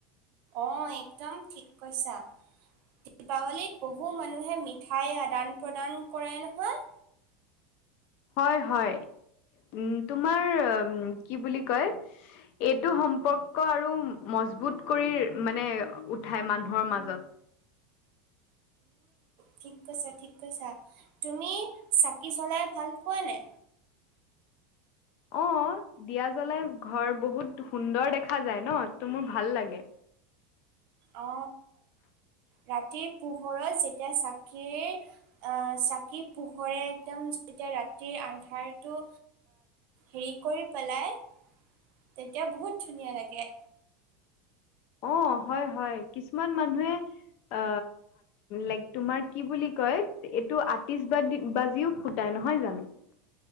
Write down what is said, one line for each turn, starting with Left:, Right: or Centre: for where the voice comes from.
Right: অ, একদম ঠিক কৈছা। দীপাৱলীত বহু মানুহে মিঠাই আদান প্ৰদান কৰে নহয়।
Left: হয়, হয়, উ, তোমাৰ কি বুলি কয়? এইটো সম্পৰ্ক আৰু মজবুত কৰি মানে উঠাই মানুহৰ মাজত।
Right: ঠিক কৈছা, ঠিক কৈছা তুমি চাকি জ্বলাই ভাল পোৱা নে?
Left: অ, দিয়া জ্বলাই ঘৰ বহুত সুন্দৰ দেখা যায় ন, ত মোৰ ভাল লাগে।
Right: অ, ৰাতি পোহৰত যেতিয়া চাকিৰ চাকি পোহৰে একদম যেতিয়া ৰাতিৰ আন্ধাৰটো হেৰি কৰি পেলাই তেতিয়া বহুত ধুনীয়া লাগে।
Left: অ, হয়, হয় কিছুমান মানুহে অ, লাইক তোমাৰ কি বুলি কয় এইটো আটিষ্ট বা বাজিও সুটাই নহয় জানো।